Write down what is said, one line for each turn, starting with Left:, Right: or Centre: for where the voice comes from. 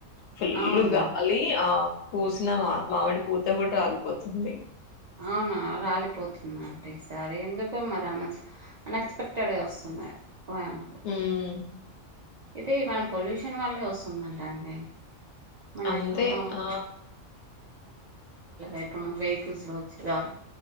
Left: ఫుల్లు
Right: అవునా
Left: గాలి ఆ పూసిన మా మామిడి పూత కూడా రాలిపోతుంది
Right: అవునా రాలిపోతుందండి ఈసారి ఎందుకో మరి అనస్ అన్ఎక్స్పెక్టెడ్గా వస్తున్నాయి పోయామా
Left: హ్మ్
Right: అయితే మన పొల్యూషన్ వల్లే వస్తుందంటండి మనం
Left: అంతే
Right: ఎక్కువ
Left: ఆ
Right: <unintelligible> ఇప్పుడు మనం వెహికల్స్ లో వచ్చే ద్వారా